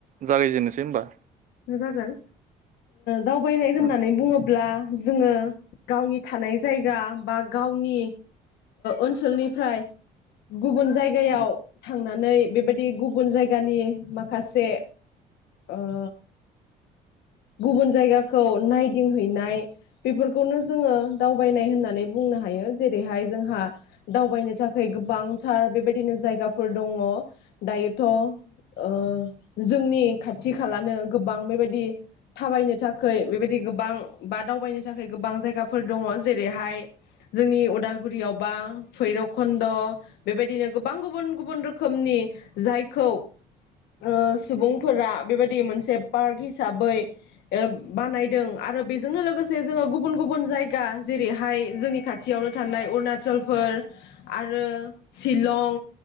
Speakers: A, on the right; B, on the left.
A: जागायजेनोसै होमबा।
B: जागोन। दावबायनाय होननानै
A: उम
B: बुङोब्ला जोङो गावनि थानाय जायगा बा गावनि ओनसोलनिफ्राय गुबुन जायगायाव
A: उम
B: थां थांनानै बेबायदि गुबुन जायगानि माखासे ओ गुबुन जायगाखौ नायदिंहैनाय बेफोरखौनो जोङो दावबायनाय होननानै बुंनो हायो। जेरैहाय जोंहा दावबायनो थाखाय गोबांथार बेबायदिनो जायगाफोर दङ दायोथ ओ जोंनि खाथि खालानो गोबां बेबायदि थाबायनो थाखाय बेबायदि गोबां बा दावबायनो थाखाय गोबां जायगाफोर दङ जेरैहाय जोंनि उदालगुरियाव बा भैरबकन्द बेबायदिनो गोबां गुबुन गुबुन रोखोमनि जायखौ ओ सुबुंफोरा बेबायदि मोनसे पार्क हिसाबै बानायदों आरो बेजोंनो लोगोसे जोङो गुबुन गुबुन जायगा जेरैहाय जोंनि खाथियावनो थानाय अरुणाचलफोर आरो शिलं